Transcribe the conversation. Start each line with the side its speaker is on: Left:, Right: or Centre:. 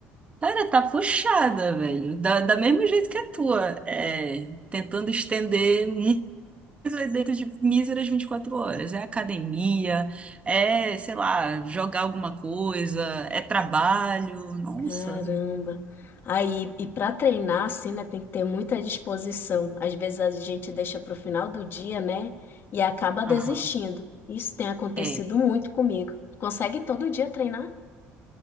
Right: Cara, tá puxada, velho. Da, da mesmo jeito que a tua. É, tentando estender muito dentro de míseras 24 horas. É academia, é, sei lá, jogar alguma coisa, é trabalho. Nossa.
Left: Caramba. Aí, e para treinar assim, né, tem que ter muita disposição. Às vezes a gente deixa para o final do dia, né, e acaba
Right: Aham.
Left: desistindo. Isso tem acontecido
Right: É.
Left: muito comigo. Tu Consegue todo dia treinar?